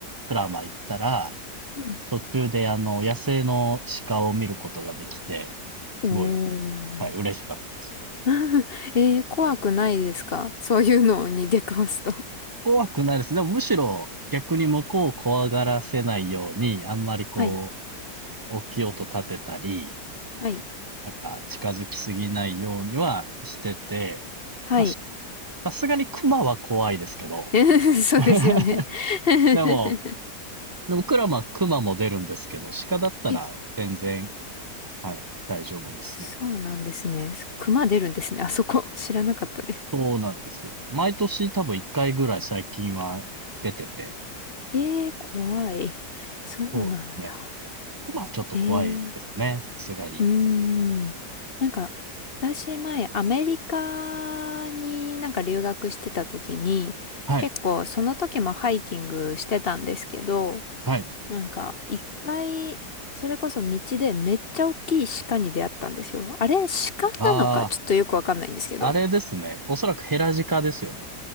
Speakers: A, on the right; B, on the left.
A: クラマ行ったら、
B: うん。
A: 途中であの、野生の鹿を見ることができて、すごい、
B: おー。
A: はい、嬉しかったです。
B: <laughs> えー、怖くないですか <laughs> そういうのに出くわすと。
A: 怖くないですね。でもむしろ逆に向こうを怖がらせないように、あんまりこう、
B: はい。
A: 大きい音立てたり、
B: はい。
A: なんか近づきすぎないようにはしてて、
B: はい。
A: まあ、しさすがに熊は怖いですけど、
B: <laughs> そうですよね。
A: <laughs>
B: <laughs>
A: でも、でも僕らは熊も出るんですけど、鹿だったら全然、
B: え、
A: はい、大丈夫ですね。
B: そうなんですね。熊出るんですね。あそこ。知らなかったです。
A: そうなんですよ。毎年多分1回ぐらい最近は出てて、
B: えー、怖い。そうなんだ。
A: そうですね。熊はちょっと怖いですね。
B: ええ
A: さすがに。
B: うーん。なんか、私前、アメリカになんか留学してた時に、
A: はい、
B: 結構その時もハイキングしてたんですけど、
A: はい。
B: なんか一回、それこそ道でめっちゃ大きい鹿に出会ったんですよ。あれ、鹿なのかちょっとよくわかんないんですけど。
A: ああ。あれですね。おそらくヘラジカですよね。